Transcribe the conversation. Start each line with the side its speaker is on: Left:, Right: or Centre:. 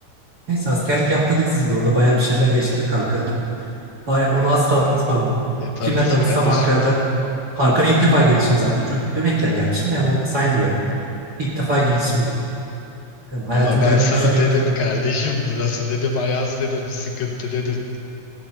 Right: Neyse askerlik yaptırdık sizin orada bayağı bir şeyler yaşadık Ankara'da. Baya, onu asla unutmam.
Left: E, tabii
Right: Kimle tanışsam
Left: ki kardeşim.
Right: Ankara'da Ankara'ya ilk defa gelişim zaten. Çocuk bebekken gelmişim de yani onu saymıyorum. İlk defa gelişimdi. Yani hayatımda
Left: Ama ben
Right: öyle
Left: sana
Right: üşüdüğümü
Left: dedim kardeşim burası dedim Ayaz dedim sıkıntı dedim.